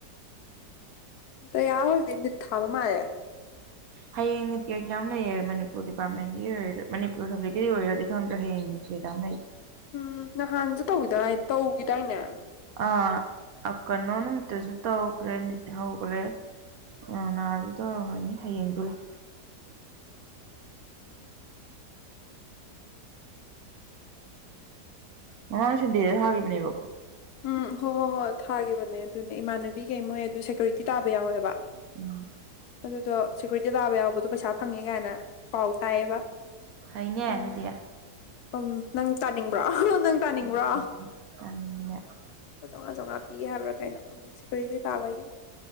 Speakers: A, on the left; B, on the right.
A: ꯗꯌꯥ ꯍꯣꯏꯗꯤ ꯅꯤꯠ ꯊꯥꯕ ꯃꯥꯜꯂꯦ
B: ꯍꯌꯦꯡ ꯅꯤꯠꯀꯤ ꯑꯦꯛꯖꯥꯝ ꯂꯩꯌꯦ ꯃꯅꯤꯄꯨꯔ ꯗꯤꯄꯥꯔꯠꯃꯦꯟꯒꯤ ꯑꯣꯏꯔ ꯃꯅꯤꯄꯨꯔ ꯁꯕꯖꯦꯛꯀꯤ ꯑꯣꯏꯔꯗꯤ ꯈꯪꯗ꯭ꯔꯦ ꯍꯌꯦꯡꯅꯤ ꯁꯤꯗ ꯃꯩ
A: ꯎꯝ ꯅꯍꯥꯟꯁꯨ ꯇꯧꯈꯤꯗꯥꯏ ꯇꯧꯈꯤꯗꯏꯅꯦ
B: ꯑꯥ ꯑꯥ ꯀꯩꯅꯣ ꯅꯨꯃꯤꯠꯇꯁꯨ ꯇꯧꯈ꯭ꯔꯦ ꯅꯤꯠ ꯍꯧꯒ꯭ꯔꯦ ꯑꯥ ꯅꯍꯥꯟꯁꯨ ꯇꯧꯔꯝꯃꯅꯤ ꯍꯌꯦꯡꯁꯨ ꯂꯩ
A: <inaudible>
B: ꯉꯔꯥꯡ ꯁꯨꯟꯗꯦꯗ ꯊꯥꯒꯤꯕꯅꯦꯕ
A: ꯎꯝ ꯍꯣꯏ ꯍꯣꯏ ꯍꯣꯏ ꯊꯥꯈꯤꯕꯅꯦ ꯑꯗꯨꯅꯦ ꯏꯃꯥꯟꯅꯕꯤꯒꯩ ꯃꯣꯏ ꯑꯗꯨ ꯁꯦꯀ꯭ꯌꯨꯔꯤꯇꯤꯥ ꯇꯥꯕ ꯌꯥꯎꯋꯦꯕ
B: ꯎꯝ
A: ꯑꯗꯨꯗꯣ ꯁꯦꯀ꯭ꯌꯨꯔꯤꯇꯤ ꯇꯥꯕ ꯌꯥꯎꯕꯗꯣ ꯄꯩꯁꯥ ꯐꯪꯉꯦ ꯀꯥꯏꯅ ꯄꯥꯎ ꯇꯥꯏꯌꯦꯕ
B: ꯐꯩꯅꯦ
A: ꯑꯗꯨꯏꯅꯤ
B: ꯑꯗꯨꯗꯤ
A: ꯎꯝ ꯅꯪ ꯇꯥꯅꯤꯡꯕ꯭ꯔꯥ ꯑꯥ ꯍꯥ ꯅꯪ ꯇꯥꯅꯤꯡꯕ꯭ꯔꯣ
B: ꯆꯥꯅꯤꯡꯉꯤꯅꯦ ꯆꯥꯝꯃꯉꯥ
A: ꯂꯨꯄ ꯆꯧꯉ ꯆꯧꯉ ꯄꯤ ꯍꯥꯏꯕ꯭ꯔ ꯀꯩꯅꯣ ꯁꯤꯀ꯭ꯌꯨꯔꯤꯇꯤ ꯇꯥꯕꯒꯤ